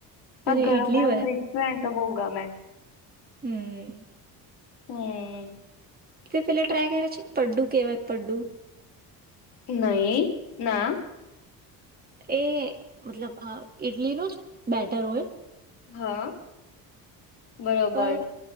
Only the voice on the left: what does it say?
પર
ગરમ
ગરમ ક્રિસ્પ હોય ને તો બો ગમે. <inaudible>
હમ્મ.
નહી ના.
હા. બરોબર,